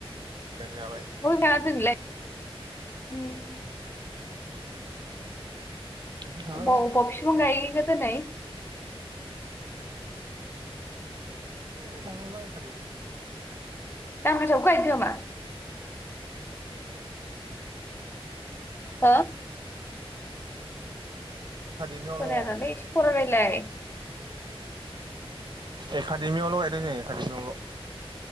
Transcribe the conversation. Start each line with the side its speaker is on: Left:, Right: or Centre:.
Right: मोजां
Left: <unintelligible>
Right: जाबाय
Left: उम
Right: नोंबो थाङाब्रा
Left: अबाव
Right: जेरावबो
Left: अबाव
Right: थाङाखै
Left: फिफां गायहैखो दिनै?
Right: ओइ बांगारबारि खाथियावसो।
Left: दा गोसाखौसो गायहैदों नामा?
Right: दावो जायो
Left: हो
Right: <unintelligible> एकाडेमियावल'
Left: खोनायानालै एसे खरा रायलाय
Right: एकादेमियावल' गायदों ओ एकाादेमिआवल'